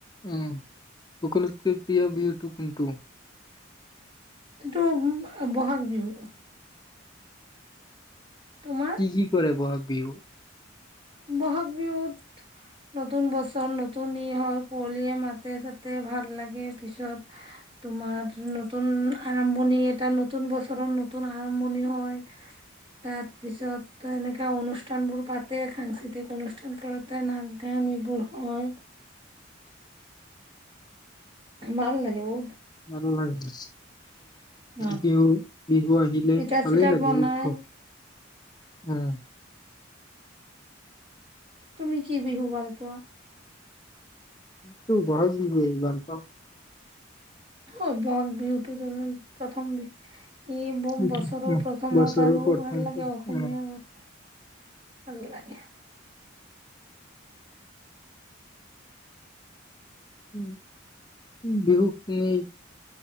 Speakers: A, on the left; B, on the right.
A: উম সকলোতকৈ প্ৰিয় বিহুটো কোনটো
B: এইটো বহাগ বিহু তোমাৰ
A: কি কি কৰে বহাগ বিহু
B: বহাগ বিহুত নতুন বছৰ নতুন ই হয় কুঁৱলিয়ীয়ে মাতে চাতে ভাল লাগে পিছত তোমাৰ নতুন আৰম্ভণি এটা নতুন বছৰৰ নতুন আৰম্ভণি হয় তাৰ পিছত এনেকা অনুষ্ঠান বোৰ পাতে সাংস্কৃতিক অনুষ্ঠান তলতে নাচ গান এইবোৰ হয় ভাল লাগে ঔ
A: ভাল লাগে
B: অ
A: বিহু বিহু আহিলে
B: পিঠা
A: ভালেই
B: চিঠা
A: লাগে
B: বনাই
A: উৎসৱ উম
B: তুমি কি বিহু ভালপোৱা
A: টো বহাগ বিহু ভাল পাওঁ
B: অ বহাগ বিহুতটো প্ৰথম বিহু এই
A: উম,
B: বছৰৰ
A: উম,
B: প্ৰথমত
A: বছৰৰ
B: আৰু
A: প্ৰথমটো
B: ভাল লাগে অসমীয়া
A: উম
B: ভাল লাগে
A: উম বিহু কেই